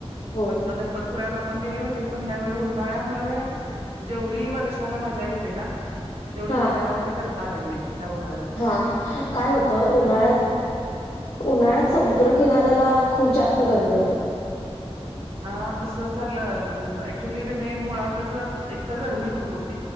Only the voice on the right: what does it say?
पण आत्ता गणपतपुळ्याला पण गेले होते, पण ह्यावेळी उन्हाळ्यामुळे जेवढी वर्षाला मजा येते ना, तेवढी
मजा म्हणजे करता आली नाही ह्या उन्हाळ्यात.
कारण
हा तसच झालं. ऍक्च्युली की नाही मुळातच एकतर गरमी खूप होत